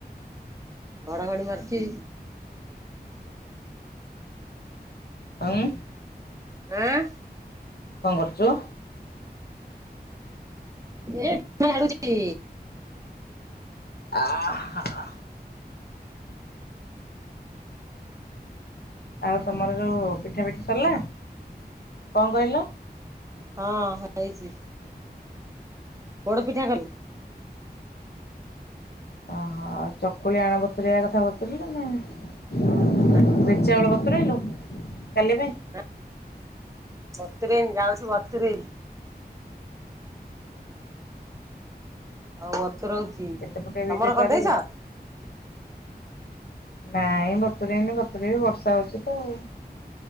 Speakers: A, on the right; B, on the left.
A: ଘଡ଼ଘଡ଼ି ମାରୁଚି।
B: ହମ
A: ଆଁ?
B: କଣ କରୁଛୁ?
A: ଏ ଝାଡ଼ୁଚି।
B: ଆଃ ହା ହା। ଆଉ ତମର ଯୋଉ ପିଠା ପିଠି ସରିଲା? କଣ କହିଲ?
A: ହଁ ହେଇଛି। ପୋଡ଼ ପିଠା କଲୁ?
B: ଓହୋ ଚକୁଳି ଆଣ ବତୁରେଇବା କଥା ବତୁରେଇଲୁ ନା ନାଇଁ?
A: ନା
B: ବିରି ଚାଉଳ ବତୁରେଇଲୁ, କାଲି ପାଇଁ?
A: ନା ବତୁରେଇନି ଯାଉଛି ବତୁରେଇବି। ହଁ ବତୁରଉଛି,
B: କେତେ ପଟେ ବିରି
A: ତମର
B: କରିବେ?
A: କରିଦେଇଛ?
B: ନାଇଁ ବତୁରେଇନି ବତୁରେଇବି ବର୍ଷା ହଉଛି ତ ଆଉ।